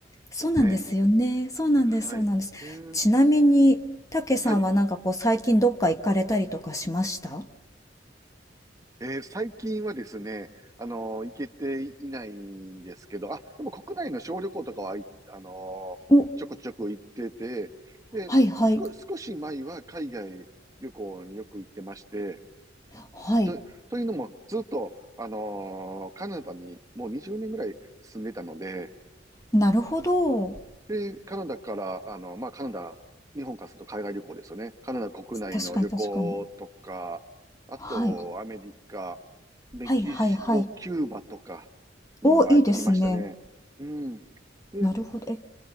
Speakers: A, on the left; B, on the right.
A: そうなんですよね。
B: ですね。
A: そうなんです、
B: はい。
A: そうなんです。
B: うーん。
A: ちなみに、たけさんはなんかこう最近どっか行かれたりとかしました
B: はい。えー最近はですね、あのー行けていないんですけど、あ、でも国内の小旅行とかは、いあのーちょこちょこ行ってて、
A: お、
B: で、
A: はいはい。
B: 少、少し前は海外旅行によく行ってまして、
A: はい。
B: と、というのも、ずっと、あのーカナダにもう20年ぐらい住んでたので、
A: なるほど。
B: で、カナダから、あの、まあ、カナダ、日本からすると海外旅行ですよね。カナダ国内の旅行とか、
A: 確かに確かに。
B: あと、
A: はい。
B: アメリカ、メキシコ、
A: はいはいはい。
B: キューバとかには行きましたね。
A: お、いいですね。
B: うん。で、
A: なるほど。え、